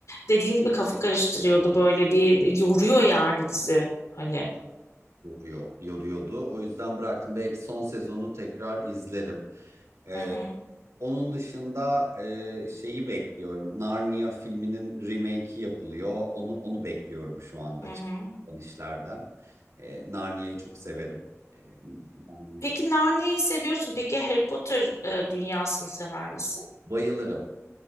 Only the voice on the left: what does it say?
dediğin gibi kafa karıştırıyordu böyle bir yoruyor yani dizi. Hani.
Hı hı.
Hı hı.
Peki Narnia'yı seviyorsun. Peki Harry Potter e, dünyasını sever misin?